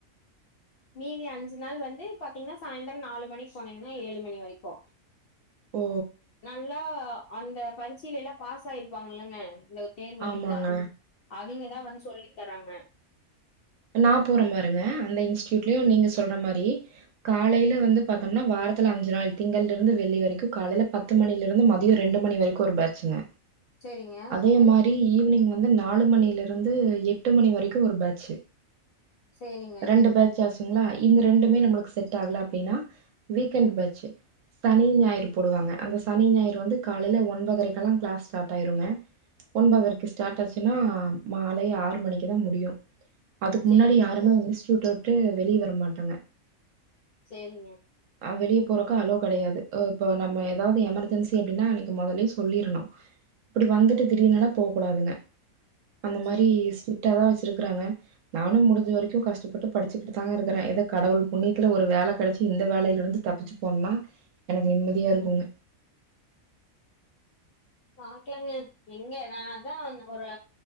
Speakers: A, on the left (about 65°); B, on the right (about 70°).
A: மீதி அஞ்சு நாள் வந்து பாத்தீங்கனா சாயந்திர நாலு மணிக்கு போனீங்கனா ஏழு மணி வரைக்கு
B: ஓ!
A: நல்லா அந்த பரிட்சிலல்லா பாஸ் ஆயிருப்பாங்கலங்க லொத் தேர்வல்
B: ஆமாங்க.
A: இல்லா அவிங்கதா வந்து சொல்லி தராங்க
B: நான் போற பாருங்க அந்த இன்ஸ்ட்டியூட்லயு நீங்க சொல்ற மாரி காலைல வந்து பாத்தோம்னா வாரத்துல அஞ்சு நாள் திங்கள் இருந்து வெள்ளி வரைக்கு காலைல பத்து பத்து மணில இருந்து மதிய ரெண்டு மணி வரைக்கு ஒரு பேட்சுங்க
A: சேரிங்க
B: அதே மாரி ஈவினிங் வந்து நாலு மணிலருந்து எட்டு மணி வரைக்கு ஒரு பேட்ச செ
A: சேரிங்க
B: ரெண்டு பேட்ச் சாஸ்ங்களா இந்த ரெண்டுமே நம்மளுக்கு செட் ஆகல அப்டின்னா வீக்கெண்ட் பேட்ச் சனி ஞாயிறு போடுவாங்க அந்த சனி ஞாயிறு வந்து காலைல ஒன்பதுரைக்கெல்லா க்ளாஸ் ஸ்டார்ட் ஆயிருங்க ஒன்பதரைக்கு ஸ்டார்ட் ஆச்சுன்னா மாலை ஆறு மணிக்குதா முடியு அதுக்கு
A: சேரிங்க
B: முன்னாடி யாருமே இன்ஸ்ட்யூட்ட விட்டு வெளிய வர மாட்டாங்க
A: செரிங்க
B: அங்க லீவ் போடுறக்கு அலோ கெடையாது இப்ப நம்ம எதாவது எமர்ஜென்சி அப்டின்னா அன்னைக்கு மொதலே சொல்லிரணு இப்டி வந்துட்டு திடீர்னலா போக கூடாதுங்க அந்த
A: சேரிங்க
B: மாரி ஸ்ட்ரிக்ட்டாதா வச்சிருக்குறாங்க நானு முடிஞ்ச வரைக்கு கஷ்டப்பட்டு படிச்சுக்கிட்டுதாங்க இருக்குற ஏதோ கடவுள் புண்ணியத்துல ஒரு வேல கெடைச்சி இந்த வேலயில இருந்து தப்பிச்சு போன்னா எனக்கு நிம்மதியா இருக்குங்க
A: பாக்லாங்க எங்க நா தா ஒரு